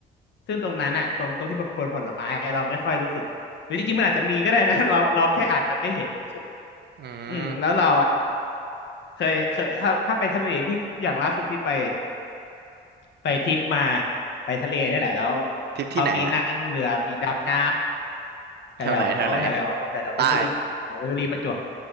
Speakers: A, on the left; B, on the right.
A: ซึ่งตรงนั้นอะตรงตรงที่ประปวนผลไม้เราไม่ค่อยรู้สึกหรือจริงๆมันอาจจะมีก็ได้นะ <laughs> เราเราแค่อาจจะไม่เห็นเฉยๆอืมแล้วเราอะ
B: อืม
A: เคยเคยถ้าถ้าไปทะเลพี่อย่างล่าสุดพี่ไป ไปทริปมาไปทะเลนี่แหละแล้ว
B: ทริปที่ไหนอะ
A: เขามีนั่งเรือมีดำน้ำแถวแถวแถวแถวแถวแถวเพชรบุรีแถวเพชรบุรีประจวบ
B: แถวไหนแถวไหนใต้